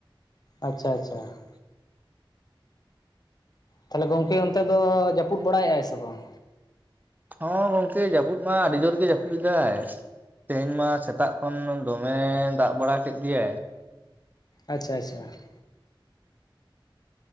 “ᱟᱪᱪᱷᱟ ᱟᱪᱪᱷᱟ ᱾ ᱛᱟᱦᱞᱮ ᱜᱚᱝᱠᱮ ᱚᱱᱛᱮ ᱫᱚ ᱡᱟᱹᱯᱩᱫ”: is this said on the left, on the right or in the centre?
Left